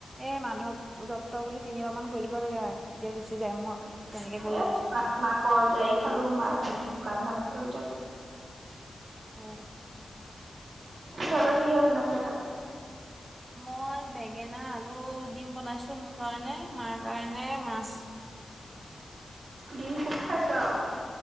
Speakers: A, on the right (about 25°); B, on the right (about 75°).
A: এ মানাধৱ যত্ত বুলি তিনিবাৰ মান কৰি দিব লাগে তেতিয়া গুচি যায় মোৰ তেনেকে কৰি
B: এ
A: দিও গুচি যায়
B: ম কল যাই খালো মা শুকান ভাত খালো দ
A: অ
B: তৰ কিহে বনাইছো তাত
A: মই বেঙেনা আলু দিম বনাইছো মোৰ কাৰণে মাৰ কাৰণে মাছ
B: দম খুব খাইছ আৰু